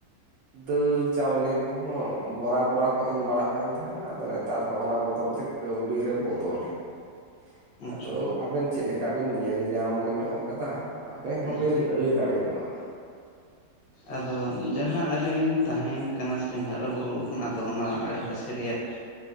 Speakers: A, on the right; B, on the left.
A: ᱫᱟᱹᱞ ᱪᱟᱣᱞᱮ ᱠᱚᱦᱚᱸ ᱵᱚᱨᱟ ᱵᱚᱨᱟ ᱠᱚ ᱮᱢ ᱵᱟᱲᱟᱜ ᱠᱟᱱ ᱛᱟᱦᱮᱱᱟ ᱾ ᱟᱫᱚ ᱱᱮᱛᱟᱨ ᱫᱚ ᱚᱱᱟ ᱵᱚᱫᱚᱞ ᱛᱮ ᱠᱟᱹᱣᱰᱤ ᱨᱮ ᱵᱚᱫᱚᱞᱮᱱᱟ ᱾
B: ᱟᱪᱪᱷᱟ
A: ᱟᱫᱚ ᱟᱵᱮᱱ ᱪᱮᱫ ᱞᱮᱠᱟ ᱵᱮᱮᱱ ᱧᱮᱞ ᱧᱟᱢ ᱧᱚᱜ ᱠᱟᱫᱟ? ᱟᱵᱮᱱ
B: ᱦᱮᱸ
A: ᱦᱚᱸᱵᱮᱱ ᱞᱟᱹᱭ ᱫᱟᱲᱮ ᱧᱚᱜᱼᱟ ᱾
B: ᱟᱫᱚ ᱡᱟᱦᱟᱸ ᱟᱹᱞᱤᱧ ᱞᱤᱧ ᱛᱟᱦᱮᱸ ᱠᱟᱱᱟ ᱥᱮᱞᱤᱧ ᱦᱟᱨᱟᱼᱵᱩᱨᱩ ᱠᱟᱱᱟ ᱟᱫᱚ ᱚᱱᱟ ᱟᱲᱮᱯᱟᱥᱮ ᱨᱮᱭᱟᱜ